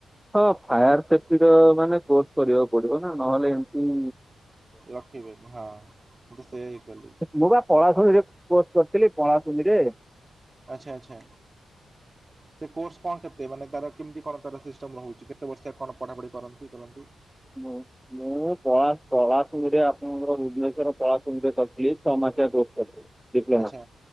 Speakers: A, in the centre; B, on the right.
A: ହଁ ଫାୟାର୍ ସେଫ୍ଟିର ମାନେ କୋର୍ସ କରିବାକୁ ପଡିବ ନା ନହଲେ ଏମତି।
B: ରଖିବେନି ହଁ ମୁଁ ତ ସେଇୟା ହି କଲି।
A: ମୁଁ ବା ପଳାଶୁଣିରେ କୋର୍ସ କରିଥିଲି ପଳାଶୁଣିରେ।
B: ଆଚ୍ଛା ଆଚ୍ଛା। ସେ କୋର୍ସ କଣ କେତେ ମାନେ ତାର କେମତି କଣ ତାର ସିଷ୍ଟମ ରେହୁଚି କେତେ ବର୍ଷିଆ କଣ ପଢାପଢି କରନ୍ତି ଇ କରନ୍ତି।
A: ମୁଁ ମୁଁ ପଳା ପ ପଳାସୁଣିରେ ରେ ଆପଣଙ୍କର ଭୁବନେଶ୍ୱର ପଳାଶୁଣିରେ <unintelligible> ଛ ମାସିଆ କୋର୍ସ କରିଥିଲି। ଡିପ୍ଲୋମା
B: ଆଚ୍ଛା